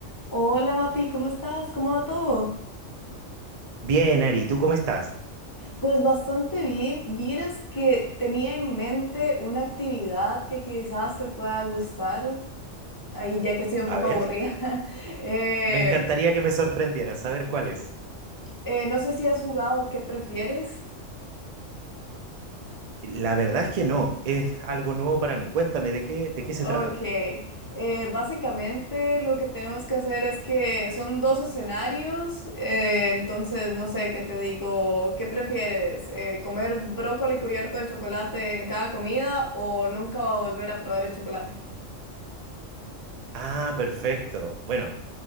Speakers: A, on the left; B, on the right.
A: Hola Mati, ¿cómo estás? ¿Cómo va todo?
B: Bien, Ari, ¿tú cómo estás?
A: Pues bastante bien. Vieras que tenía en mente una actividad que quizás te pueda gustar, ahí ya que estoy un
B: A
A: poco
B: ver,
A: aburrida. <laughs> Eh,
B: me encantaría que me sorprendieras, A ver cuál es.
A: eh, no sé si has jugado ¿Qué prefieres?
B: La verdad es que no, es algo nuevo para mí. Cuéntame, ¿de qué, de qué se
A: Ok,
B: trata?
A: eh, básicamente lo que tenemos que hacer es que son dos escenarios, eh, entonces no sé qué te digo, ¿qué prefieres? Eh, ¿comer brócoli cubierto de chocolate en cada comida o nunca volver a probar el chocolate?
B: Ah, perfecto. Bueno,